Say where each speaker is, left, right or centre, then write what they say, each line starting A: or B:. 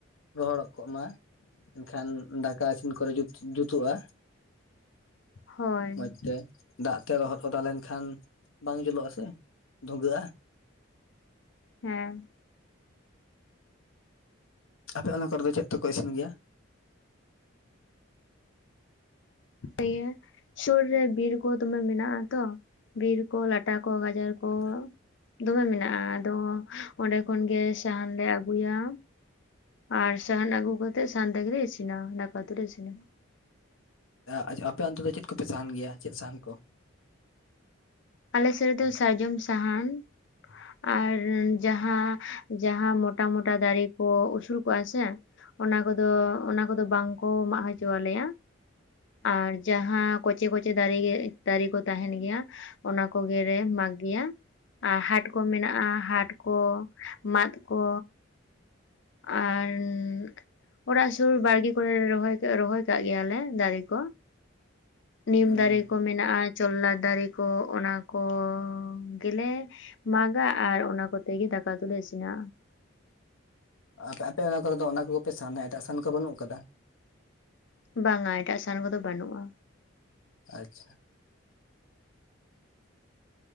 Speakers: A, on the left (about 80°); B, on the left (about 60°).
A: ᱨᱚᱦᱚᱲᱚᱜ ᱠᱚᱜ ᱢᱟ ᱮᱱᱠᱷᱟᱱ ᱫᱟᱠᱟ ᱤᱥᱤᱱ ᱠᱚᱨᱮ ᱡᱩᱛ ᱡᱩᱛᱩᱜᱼᱟ
B: ᱦᱳᱭ
A: ᱢᱚᱡᱽ ᱛᱮ ᱫᱟᱜ ᱛᱮ ᱞᱚᱦᱚᱫ ᱚᱫᱟ ᱞᱮᱱᱠᱷᱟᱱ ᱵᱟᱝ ᱡᱩᱞᱩᱜᱼᱟᱜ ᱥᱮ ᱫᱷᱩᱸᱣᱟᱹᱜᱼᱟ
B: ᱦᱮᱸ
A: ᱟᱯᱮ ᱚᱱᱟ ᱠᱚᱨᱮ ᱫᱚ ᱪᱮᱫ ᱛᱮᱠᱚ ᱤᱥᱤᱱ ᱜᱮᱭᱟ
B: ᱤᱭᱟᱹ ᱥᱩᱨ ᱨᱮ ᱵᱤᱨ ᱠᱚ ᱫᱚᱢᱮ ᱢᱮᱱᱟᱜ ᱟᱛᱚ ᱵᱤᱨ ᱠᱚ ᱞᱟᱴᱟ ᱠᱚ ᱜᱟᱡᱟᱨ ᱠᱚ
A: ᱦᱟᱯᱮ
B: ᱫᱚᱢᱮ ᱢᱮᱱᱟᱜᱼᱟ ᱟᱫᱚ ᱚᱸᱰᱮ ᱠᱷᱚᱱᱜᱮ ᱥᱟᱦᱟᱱ ᱞᱮ ᱟᱹᱜᱩᱭᱟ ᱟᱨ ᱥᱟᱦᱟᱱ ᱟᱹᱜᱩ ᱠᱟᱛᱮᱜ ᱥᱟᱦᱟᱱ ᱛᱮᱜᱞᱮ ᱤᱥᱤᱱᱟ ᱫᱟᱠᱟ ᱩᱛᱩᱞᱮ ᱤᱥᱤᱱᱟ
A: ᱟᱨ ᱟᱯᱮ ᱚᱱᱛᱮ ᱫᱚ ᱪᱮᱫ ᱠᱚᱯᱮ ᱥᱟᱦᱟᱱ ᱜᱮᱭᱟ ᱪᱮᱫ ᱥᱟᱦᱟᱱ ᱠᱚ
B: ᱟᱞᱮ ᱥᱮᱫ ᱨᱮ ᱫᱚ ᱥᱟᱨᱡᱚᱢ ᱥᱟᱦᱟᱱ ᱟᱨ ᱡᱟᱦᱟᱸ ᱡᱟᱦᱟᱸ ᱢᱚᱴᱟ ᱢᱚᱴᱟ ᱫᱟᱨᱮ ᱠᱚ ᱩᱥᱩᱞ ᱠᱚᱜᱼᱟ ᱥᱮ ᱚᱱᱟ ᱠᱚᱫᱚ, ᱚᱱᱟ ᱠᱚᱫᱚ ᱵᱟᱝᱠᱚ ᱢᱟᱜ ᱦᱚᱪᱚᱣᱟᱞᱮᱭᱟ ᱟᱨ ᱡᱟᱦᱟᱸ ᱠᱚᱪᱮ ᱠᱚᱪᱮ ᱫᱟᱨᱮ ᱜᱮ ᱫᱟᱨᱮ ᱠᱚ ᱛᱟᱦᱮᱱ ᱜᱮᱭᱟ ᱚᱱᱟ ᱠᱚᱜᱮᱞᱮ ᱢᱟᱜᱽ ᱜᱮᱭᱟ ᱟᱨ ᱦᱟᱴ ᱠᱚ ᱢᱮᱱᱟᱜᱼᱟ ᱦᱟᱴ ᱠᱚ ᱢᱟᱫ ᱠᱚ ᱟᱨ ᱚᱲᱟᱜ ᱥᱩᱨ ᱵᱟᱲᱜᱮ ᱠᱚᱨᱮ ᱞᱮ ᱨᱚᱦᱚᱭ ᱠᱮᱜ ᱨᱚᱦᱚᱭ ᱠᱟᱜ ᱜᱮᱭᱟᱞᱮ ᱫᱟᱨᱮ ᱠᱚ ᱱᱤᱢ
A: ᱦᱩᱸ
B: ᱫᱟᱨᱮ ᱠᱚ ᱢᱮᱱᱟᱜᱼᱟ ᱪᱚᱞᱞᱟ ᱫᱟᱨᱮ ᱠᱚ ᱚᱱᱟ ᱠᱚᱻ ᱜᱮᱞᱮ ᱢᱟᱜᱟ ᱟᱨ ᱚᱱᱟ ᱠᱚᱛᱮ ᱜᱮ ᱫᱟᱠᱟ ᱫᱚᱞᱮ ᱤᱥᱤᱱᱟ
A: ᱟᱯᱮ ᱟᱯᱮ ᱚᱱᱟ ᱠᱚᱨᱮ ᱫᱚ ᱚᱱᱟ ᱠᱚᱜᱮᱯᱮ ᱥᱟᱱᱟ ᱮᱴᱟᱜ ᱥᱟᱦᱟᱱ ᱠᱚ ᱵᱟᱹᱱᱩᱜ ᱟᱠᱟᱫᱟ
B: ᱵᱟᱝᱟ ᱮᱴᱟᱜ ᱥᱟᱦᱟᱱ ᱠᱚᱫᱚ ᱵᱟᱹᱱᱩᱜᱼᱟ
A: ᱟᱪᱪᱷᱟ